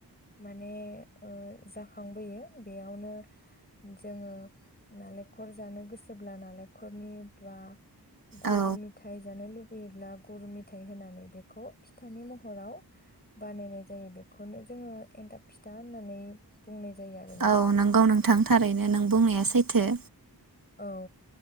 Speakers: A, on the left; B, on the right.
A: माने ओ जाखांबोयो बेयावनो जोङो नालेंखर जानो गोसोब्ला नालेंखरनि बा गुर
B: औ
A: मिथाइ जानो लु योब्ला गरु मिथाइ होनानै बेखौ फिथानि महराव बानायनाय जायो बेखौनो जोङो एनथाब फिथा होननानै बुंनाय जायो आरोना
B: औ नोंगौ नोंथां थारैनो नों बुंनाया सैथ थो
A: औ